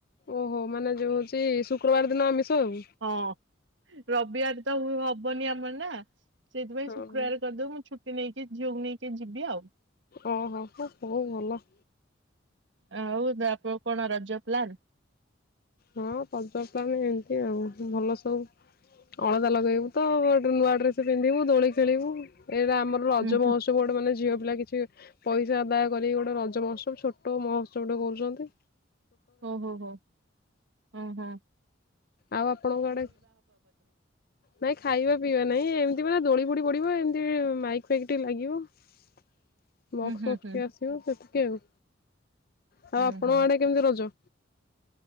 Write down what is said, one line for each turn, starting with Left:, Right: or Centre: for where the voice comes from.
Left: ଓହୋ ମାନେ ଯୋଉ ହଉଚି ଶୁକ୍ରବାର ଦିନ ଆମିଷ ଆଉ।
Right: ହଁ ରବିବାର ତ ହବନି ଆମର ନା ସେଇଥିପାଇଁ
Left: ହଁ
Right: ଶୁକ୍ରବାର କରିଦବୁ ମୁଁ ଛୁଟି ନେଇକି ଝିଅକୁ ନେଇକି ଯିବି ଆଉ।
Left: ଓହୋ। ହଁ ହୋଉ ଭଲ।
Right: ଆଉ ତ <unintelligible> କଣ ରଜ ପ୍ଲାନ?
Left: ହଁ ପଜ ପ୍ଲାନ ଏମିତି ଆଉ ଭଲ ସବୁ। ଅଳତା ଲଗେଇବୁ ତ ଗୋଟେ ନୂଆ ଡ୍ରେସ ପିନ୍ଧିବୁ ଦୋଳି ଖେଳିବୁ ଏଇଟା ଆମର ରଜ
Right: ହୁଁ
Left: ମହୋତ୍ସ
Right: ହୁଁ
Left: ତ ବୋଡ ମାନେ ଝିଅ ପିଲା କିଛି ପଇସା ଆଦାୟ କରିକି ଗୋଟେ ରଜ ମହୋତ୍ସବ ଛୋଟ ମହୋତ୍ସବ ଟେ କରୁଚନ୍ତି।
Right: ଓ ହୋ ହୋ ହ ହୋ।
Left: ଆଉ ଆପଣଙ୍କ ଆଡେ ନାଇଁ ଖାଇବା ପିଇବା ନାଇଁ। ଏମିତି ମାନେ ଦୋଳି ଫୋଡି ପଡିବ। ଏମିତି ମାଇକ ଫାଇକ ଟିକେ ଲାଗିବ। <inaudible> ବକ୍ସ
Right: ହୁଁ ହୁଁ
Left: ଫକ୍ସେ
Right: ହୁଁ।
Left: ଆସିବ ସେତିକି ଆଉ ଆଉ
Right: ହୁଁ
Left: ଆପଣଙ୍କ
Right: ହୁଁ
Left: ଆଡେ କେମିତି ରଜ?